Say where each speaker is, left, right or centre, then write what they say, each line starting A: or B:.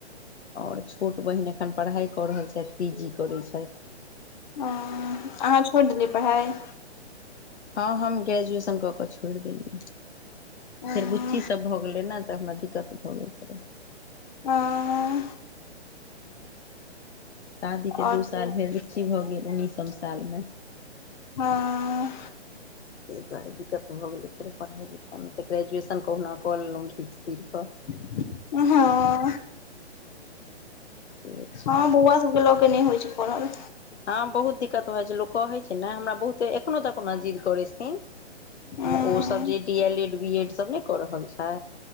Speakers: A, on the left; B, on the left.
A: और छोट बहिन एखन पढ़ाई कऽ रहल छथि पी जी करैत छथि
B: ओ अहाँ छोड़ि देलियै पढ़ाई
A: हँ हम ग्रेजुएशन कऽ कऽ छोड़ देलियै
B: हँ
A: फेर ची सब भऽ गेलै ने तऽ हमरा दिक्कत भऽ गेल रहै
B: आ
A: शादी
B: आओर
A: के दू साल भेल बुच्ची भऽ गेल उन्नैसम सालमे
B: हँ
A: ताहि दुआरे दिक्कत भऽ गेलै फेर पढ़ाइ लिखाइमे तऽ ग्रेजुएशन कहुना कऽ लेलहुँ घीच तिर कऽ
B: हँ
A: से छै
B: हँ बौआ सबके लग कऽ नहि होइ छै पढ़हल
A: हँ बहुत दिक्कत होइ छै लोक कहै छै ने हमरा बहुत एखनो तक नै जिद करैत छथिन
B: हँ
A: ओसभ जे D L Ed B Ed सभ ने कऽ रहल छै